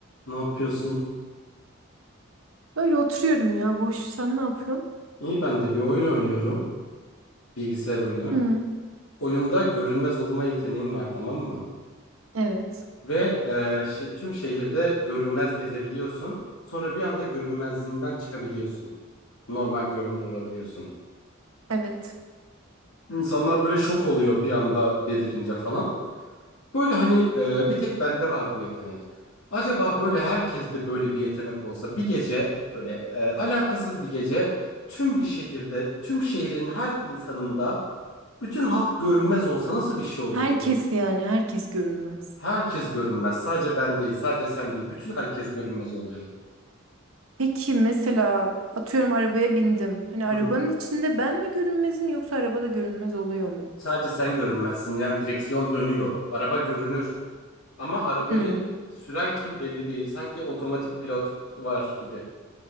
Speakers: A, on the left (about 70°); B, on the right (about 75°).
A: Ne yapıyorsun?
B: Öyle oturuyorum ya boş. Sen ne yapıyorsun?
A: İyi ben de bir oyun oynuyorum. Bilgisayar oyunu.
B: Hı.
A: Oyunda görünmez olma yeteneğin var tamam mı?
B: Evet.
A: Ve e, şe- tüm şehirde görünmez gezebiliyorsun. Sonra bir anda görünmezliğinden çıkabiliyorsun. Normal görünür olabiliyorsun.
B: Evet.
A: İnsanlar böyle şok oluyor bir anda belirince falan. Böyle hani e, bir tek bende var bu yetenek. Acaba böyle herkeste böyle bir yetenek olsa bir gece böyle e, alakasız bir gece tüm bir şehirde, tüm şehrin her insanında bütün halk görünmez olsa nasıl bir şey olurdu?
B: Herkes yani herkes görünmez.
A: Herkes görünmez. Sadece ben değil, sadece sen değil. Bütün herkes görünmez oluyor.
B: Peki mesela atıyorum arabaya bindim. Hani arabanın
A: Hı hı.
B: içinde ben mi görünmezim yoksa arabada görünmez oluyor mu?
A: Sadece sen görünmezsin. Yani direksiyon dönüyor. Araba görünür. Ama arabayı
B: Hı.
A: süren kim belli değil. Sanki otomatik pilot var gibi.